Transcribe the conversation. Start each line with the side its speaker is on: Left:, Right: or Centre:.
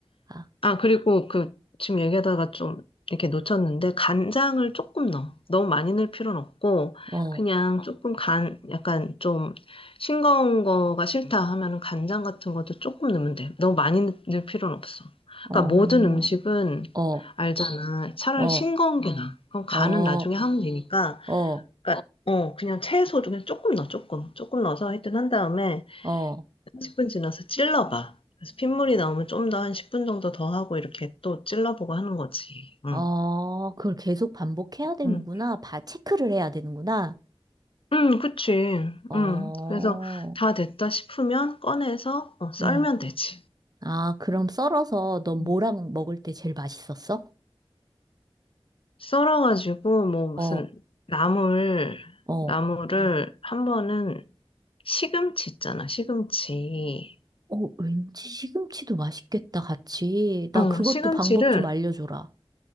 Right: 아,
Left: 아, 그리고 그, 지금 얘기하다가 좀 이렇게 놓쳤는데, 간장을 조금 넣어. 너무 많이 넣을 필요는 없고,
Right: 어,
Left: 그냥 조금 간, 약간 좀 싱거운 거가 싫다 하면은 간장 같은 것도 조금 넣으면 돼. 너무 많이 넣- 넣을 필요는 없어.
Right: 어,
Left: 그러니까 모든 음식은
Right: 어,
Left: 알잖아. 차라리
Right: 어,
Left: 싱거운 게 나아. 그럼 간은
Right: 어,
Left: 나중에 하면 되니까,
Right: 어,
Left: 그러니까, 어, 그냥 채소 중에 조금 넣어, 조금. 조금 넣어서 하여튼 한 다음에,
Right: 어,
Left: 10분 지나서 찔러봐. 그래서 핏물이 나오면 좀 더 한 10분 정도 더 하고 이렇게 또 찔러보고 하는 거지. 응,
Right: 어, 그걸 계속 반복해야 되는구나.
Left: 응.
Right: 바, 체크를 해야 되는구나.
Left: 응, 그치.
Right: 어,
Left: 응. 그래서 다 됐다 싶으면 꺼내서 어, 썰면
Right: 음.
Left: 되지.
Right: 아, 그럼 썰어서 넌
Left: 응.
Right: 뭐랑 먹을 때 제일 맛있었어?
Left: 썰어가지고 뭐 무슨
Right: 어,
Left: 나물,
Right: 어,
Left: 나물을 한 번은 시금치 있잖아, 시금치.
Right: 어, 왠지 시금치도 맛있겠다, 같이. 나
Left: 어,
Right: 그것도
Left: 시금치를,
Right: 방법 좀 알려줘라.